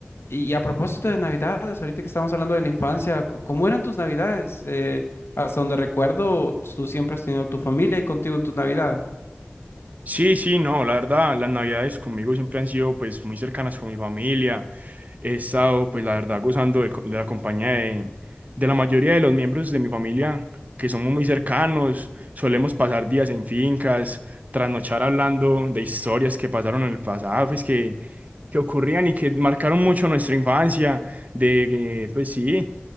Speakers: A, on the left (about 80°); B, on the right (about 40°).
A: Y, y a propósito de Navidades, ahorita que estamos hablando de la infancia, c- ¿cómo eran tus Navidades? Eh, hasta donde recuerdo, tú siempre has tenido tu familia y contigo en tu Navidad.
B: sí, sí, no, la verdad, las navidades conmigo siempre han sido pues muy cercanas con mi familia. He estado pues la verdad gozando del co- de la compañía de, de la mayoría de los miembros de mi familia que somos muy cercanos. Solemos pasar días en fincas, trasnochar hablando de historias que pasaron en el pasado, pues que que ocurrían y que marcaron mucho nuestra infancia, de, eh, pues sí,